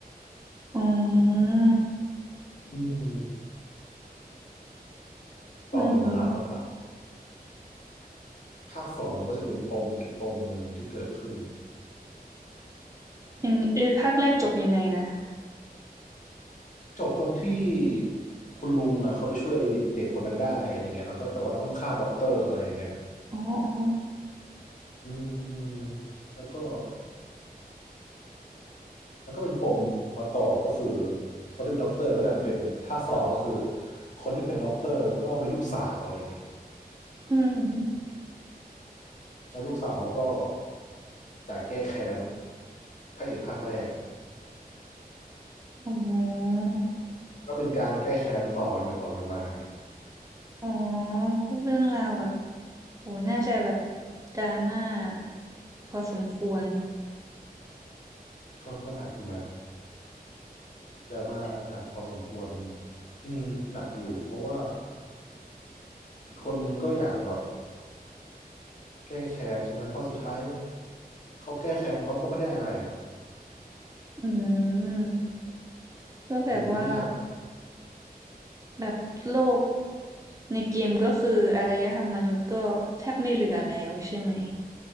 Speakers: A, on the right; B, on the left.
A: อ๋อ
B: อืม
A: อืม
B: ต่อ The Last of Us ภาคสองก็จะเป็นปมอีกปมหนึ่งที่เกิดขึ้น
A: อย่างเอ่อภาคแรกจบยังไงนะ
B: จบตรงที่คุณลุงอ่ะเขาไปช่วยเด็กคนนั้นได้อะไรเงี้ยแล้วก็แต่ว่าต้องฆ่าด็อกเตอร์อะไรเงี้ย
A: อ๋ออ๋อ
B: อืมอืมแล้วก็ มันก็เป็นปมมาต่อก็คือคนที่เป็นด็อกเตอร์ก็ดันเป็นภาคสองก็คือคนที่เป็นด็อกเตอร์ก็มีลูกสาวอะไรเงี้ย
A: อืม
B: แล้วลูกสาวเขาก็อยากแก้แค้นพระเอกภาคแรก
A: อมอ๋อ
B: ก็เป็นการแก้แค้นต่อกันไปต่อกันมาไง
A: อ๋อก็เรื่องราวแบบโหน่าจะแบบดราม่าพอสมควร
B: ก็ก็หนักอยู่นะดราม่าหนักพอสมควรอืมหนักอยู่เพราะว่าอีกคนนึงก็อยากแบบแก้แค้นใช่ไหมเพราะสุดท้ายเขาแก้แค้นเขาก็ไม่ได้อะไรอ่ะ
A: อืมก็แบบว่า
B: เหมือนยิ่งทำ
A: แบบโลกในเกมก็คืออารยธรรมมนุษย์ก็แทบไม่เหลือแล้วใช่ไหม